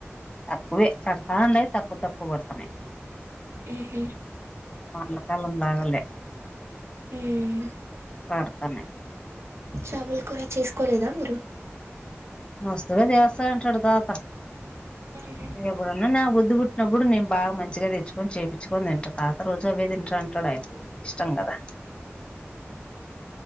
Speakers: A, on the left; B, on the right.
A: తక్కువే పడతాయి తక్కువ తక్కువ పడుతున్నాయి
B: ఉహు
A: వాళ్ళకాల ఉండగాలే
B: మ్మ్
A: పడతానయ్
B: చాపలు కూర చేసుకోలేదా మీరు
A: మస్తుగా చేస్తా అంటాడు తాత
B: ఉహు
A: ఎప్పుడన్నా నా బుద్ధి బుట్టి తుట్టిప్పుడు నేను బాగా మంచిగా తెచ్చుకొని చేయిించుకొని తింటా తాత రోజు అవే తింటా అంటాడు ఆయనకు ఇష్టం కదా